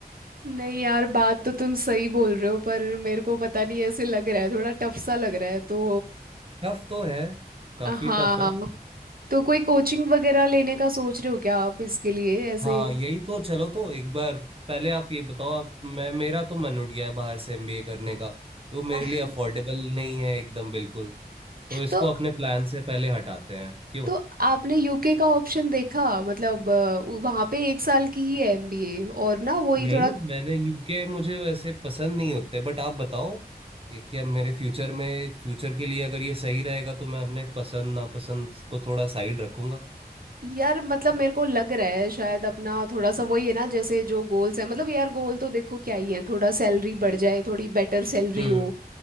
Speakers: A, on the right; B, on the right.
A: नहीं यार बात तो तुम सही बोल रहे हो पर मेरे को पता नहीं ऐसे लग रहा है थोड़ा टफ सा लग रहा है तो
B: टफ तो है काफी
A: हाँ
B: टफ है
A: तो कोई कोचिंग वगैरह लेने का सोच रहे हो क्या आप इसके लिए ऐसे
B: हाँ यही तो चलो तो एक बार पहले आप ये बताओ आप मैं मेरा तो मन उठ गया है बाहर से एमबीए करने का वो मेरे
A: <laughs>
B: लिए अफोर्डेबल नहीं है एकदम बिल्कुल तो इसको
A: तो
B: अपने प्लान से पहले हटाते हैं क्यों
A: तो आपने यूके का ऑप्शन देखा मतलब वहां पे एक साल की ही है एमबीए और ना वही
B: नहीं
A: थोड़ा
B: मैंने यूके मुझे वैसे पसंद नहीं होते बट आप बताओ ये कि अब मेरे फ्यूचर में फ्यूचर के लिए अगर ये सही रहेगा तो मैं अपने पसंद नापसंद को थोड़ा साइड रखूंगा
A: यार मतलब मेरे को लग रहा है शायद अपना थोड़ा सा वही है ना जैसे जो गोल्स है मतलब यार गोल तो देखो क्या ही है थोड़ा सैलरी बढ़ जाए थोड़ी बेटर सैलरी
B: हम्म
A: हो